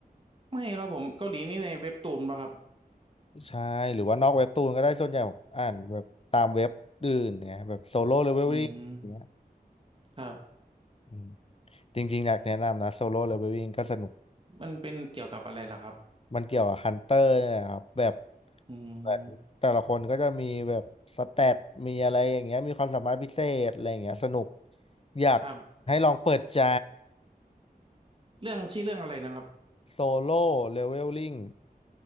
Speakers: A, on the right; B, on the left.
A: ไม่ครับผมเกาหลีนี่ในเว็บตูนป่ะครับ
B: ใช่หรือว่านอกเว็บตูนก็ได้ส่วนใหญ่ผมอ่านแบบตามเว็บอื่นเนี่ยแบบโซโล่เลเวลลิ่งอย่างเงี้ย
A: อืมครับ
B: อืมจริงๆอยากแนะนำนะโซโล่เลเวลลิ่งก็สนุก
A: มันเป็นเกี่ยวกับอะไรล่ะครับ
B: มันเกี่ยวกับฮันเตอร์เนี่ยแหละครับแบบ
A: อืม
B: เหมือนแต่ละคนก็จะมีแบบสแตทมีอะไรอย่างเงี้ยมีความสามารถพิเศษอะไรอย่างเงี้ยสนุกอยากให้ลองเปิดใจ
A: ครับเรื่องชื่อเรื่องอะไรนะครับ
B: โซโล่เลเวลลิ่ง